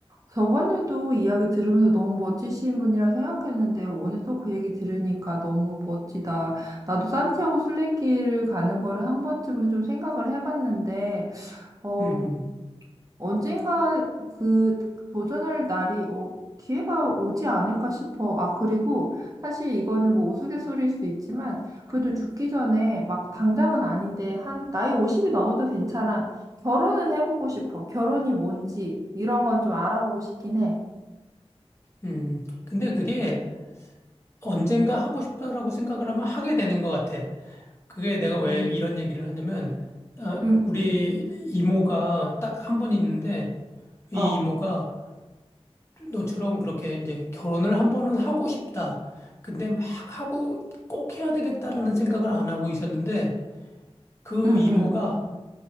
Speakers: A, on the right (about 30°); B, on the left (about 25°).
A: 저번에도 이야기 들으면서 너무 멋지신 분이라 생각했는데, 오늘 또 그 얘기 들으니까 너무 멋지다. 나도 산티아고 순례길 가는 거를 한 번쯤은 좀 생각을 해봤는데, 어,
B: 음,
A: 언젠가 그 도전할 날이 어, 기회가 오지 않을까 싶어. 아, 그리고 사실 이거는 뭐 우스갯소리일 수도 있지만 그래도 죽기 전에 막 당장은 아닌데 한 나이 50이 넘어도 괜찮아. 결혼은 해보고 싶어. 결혼이 뭔지 이런 건 좀 알아보고 싶긴 해.
B: 음, 음. 근데 그게 언젠가 하고 싶다라고 생각을 하면 하게 되는 것 같아. 그게 내가 왜
A: 음,
B: 이런 얘기를 하냐면, 아,
A: 응,
B: 우리 이모가 딱 한 분 있는데, 이
A: 어,
B: 이모가 너처럼 그렇게 이제 결혼을 한 번은 하고 싶다. 근데 막 하고 꼭 해야 되겠다라는 생각을 안 하고 있었는데 그
A: 응,
B: 이모가
A: 응,